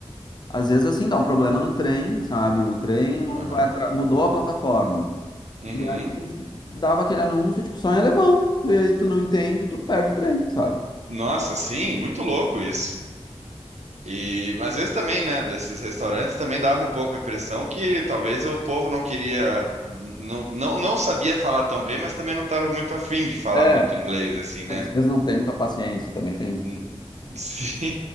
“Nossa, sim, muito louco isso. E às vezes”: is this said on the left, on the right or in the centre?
Right